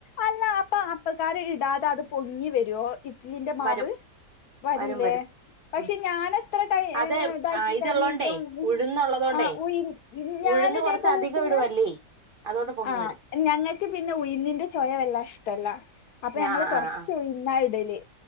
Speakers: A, on the left (about 70°); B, on the right (about 65°).
A: അല്ല അപ്പൊ അപ്പക്കാരം ഇടാതെ അത് പൊ നീ വരുവോ ഇ തീന്റെ മാവ്
B: വരും
A: വരൂലേ
B: വരും വരും
A: പക്ഷെ
B: ഉം
A: ഞാനെത്ര ടൈ
B: അത്
A: ഇതാക്കി
B: ആ ഇതുള്ളോണ്ടേ
A: കഴിഞ്ഞിട്ടും ഉം
B: ഉഴുന്നുള്ളതോണ്ടേ
A: ആ ഉഴിഞ്ഞ് ഞാനിതേപോലെ
B: ഉഴുന്ന് കൊറച്ച് അധികം
A: തന്നെ
B: ഇടുവല്ലേ അതുകൊണ്ട് പൊങ്ങി
A: ആ
B: വരും
A: ഞങ്ങൾക്ക് പിന്നെ ഉയുന്നിന്റെ ചോയ വല്ല ഇഷ്ടമല്ല അപ്പൊ ഞങ്ങൾ
B: ആ
A: കൊറച്ച്
B: ആ ആ
A: ഉഴുന്ന ഇടല്